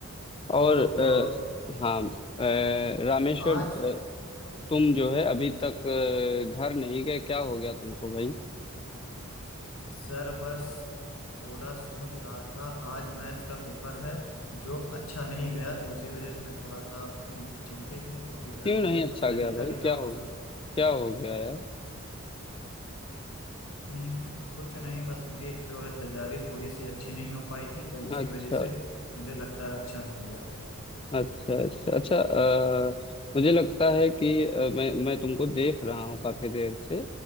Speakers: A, on the left; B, on the left.
A: तो
B: और अ,
A: अ,
B: हाँ अ, रामेश्वर
A: आज
B: अ, तुम जो है अभी
A: हम्म,
B: तक अ, घर नहीं गए क्या हो गया तुमको भाई
A: सर बस थोड़ा सोच रहा था आज मैथ्स का पेपर है जो अच्छा नहीं गया तो इसी वजह से मैं थोड़ा सा हम्म, चिंतित हूँ तो अभी घर
B: क्यों
A: नहीं
B: नहीं
A: गया
B: अच्छा
A: बस मैं
B: गया
A: निकल
B: भाई
A: ही रहा
B: क्या
A: हूँ
B: हो गया क्या हो गया यार
A: हम्म, कुछ नहीं बस मेरी जो है तैयारी थोड़ी सी अच्छी नहीं हो पाई थी तो इसी
B: अच्छा
A: वजह से मुझे लगता है अच्छा नहीं गया
B: अच्छा अच्छा अच्छा अ, मुझे लगता है कि अ, मैं मैं तुमको देख रहा हूँ काफी देर से